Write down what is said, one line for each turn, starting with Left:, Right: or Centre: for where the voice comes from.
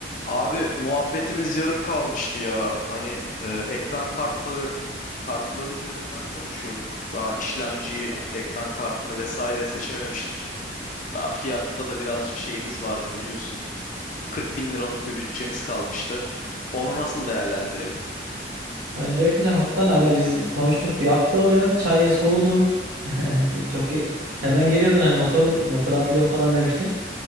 Left: Abi muhabbetimiz yarım kalmıştı ya. Hani e, ekran kartları kartları üzerinden konuşuyorduk. Daha işlemciyi, ekran kartını vesaire seçememiştik. Daha fiyatta da birazcık şeyimiz vardı biliyorsun. 40 bin liralık bir bütçemiz kalmıştı. Onu nasıl değerlendirelim?
Right: Öncelikle halktan hani biz konuştuk bir hafta oluyor. Çay soğudu. <laughs> Çok ge- hemen geliyordun hani motor motor atlıyorum falan demiştin.